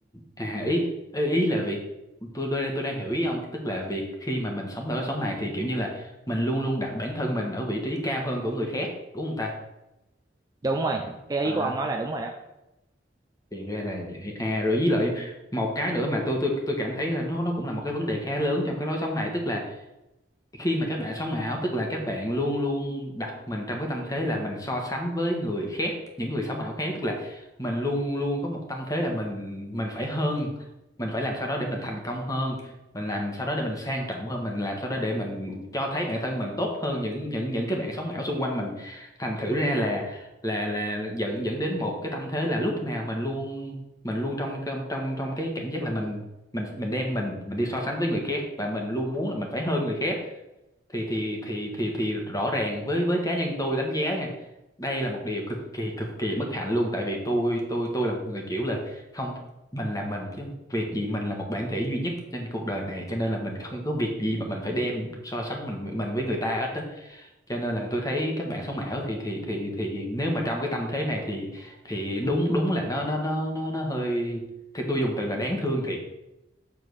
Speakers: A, on the left; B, on the right.
A: à ý ý ý là việc tôi tôi tôi đang hiểu ý ông tức là việc khi mà mình sống ở cái sống này thì kiểu như là mình luôn luôn đặt bản thân mình ở vị trí cao hơn của người khác đúng không ta
B: đúng rồi cái
A: à
B: ý của ông nói là đúng rồi đó
A: thì ra là vậy à rồi với lại một cái nữa mà tôi tôi tôi cảm thấy là nó nó cũng là một cái vấn đề khá lớn trong cái lối sống này tức là khi mà các bạn sống ảo tức là các bạn luôn luôn đặt mình trong cái tâm thế là mình so sánh với người khác những người sống ảo khác tức là mình luôn luôn có một tâm thế là mình mình phải hơn mình phải làm sao đó để mình thành công hơn mình làm sao đó để mình sang trọng hơn mình làm sao đó để mình cho thấy bản thân mình tốt hơn những những những cái bạn sống ảo xung quanh mình thành thử ra là là là dẫn dẫn đến một cái tâm thế là lúc nào mình luôn mình luôn trong trong trong trong cái cảm giác là mình mình mình đem mình mình đi so sánh với người khác và mình luôn muốn là mình phải hơn người khác thì thì thì thì thì rõ ràng với với cá nhân tôi đánh giá nha đây là một điều cực kỳ cực kỳ bất hạnh luôn tại vì tôi tôi tôi là một người kiểu là không mình là mình chứ việc gì mình là một bản thể duy nhất trên cuộc đời này cho nên là mình không có việc gì mà mình phải đem so sánh mình mình với người ta hết á cho nên là tôi thấy các bạn sống ảo thì thì thì thì nếu mà trong cái tâm thế này thì thì đúng đúng là nó nó nó nó nó hơi thì tôi dùng từ là đáng thương thiệt